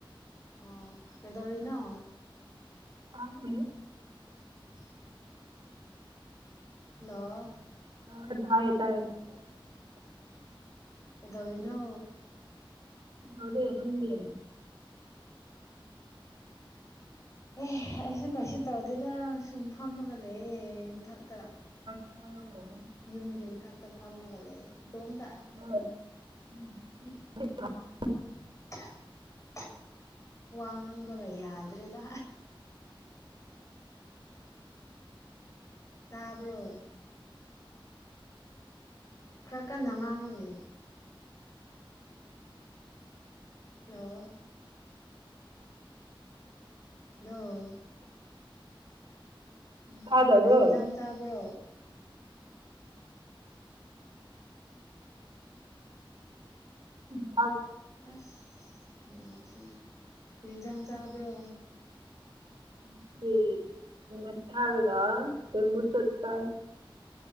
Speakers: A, on the left (about 35°); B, on the right (about 60°).
A: ꯑꯣ ꯀꯗꯧꯔꯤꯅꯣ
B: ꯈꯪꯗꯦ
A: <unintelligible> ꯍꯜꯂꯣ
B: <unintelligible>
A: ꯀꯩꯗꯧꯔꯤꯅꯣ
B: ꯇꯧꯗꯦ ꯅꯪꯗꯤ
A: ꯑꯦ ꯑꯩꯁꯨ ꯀꯩꯁꯨ ꯇꯧꯗꯦꯗ ꯁꯨꯝ ꯐꯝꯃꯒ ꯂꯩꯌꯦ ꯃꯊꯛꯇ
B: ꯂꯣꯏꯔꯕꯣ
A: ꯌꯨꯝꯒꯤ ꯃꯊꯛꯇ ꯐꯝꯃꯒ ꯂꯩꯌꯦ ꯏꯇꯣꯝꯇ
B: ꯍꯣꯏ <unintelligible>
A: <unintelligible> ꯋꯥꯉꯪꯕꯒ ꯌꯥꯗ꯭ꯔꯦꯗ ꯇꯥꯕ꯭ꯔꯣ ꯈꯔ ꯀꯟꯅ ꯉꯥꯡꯉꯨꯅꯦ ꯍꯜꯂꯣ ꯍꯜꯂꯣ ꯎꯝ
B: ꯇꯥꯗꯕ꯭ꯔꯣ
A: ꯀꯩꯍꯤꯖꯥꯡ ꯆꯥꯕ꯭ꯔꯣ
B: ꯎꯝ
A: ꯑꯁ ꯅꯦꯋꯥꯛ ꯁꯤꯅ ꯀꯩꯖꯥꯡ ꯆꯕ꯭ꯔꯣ
B: <unintelligible>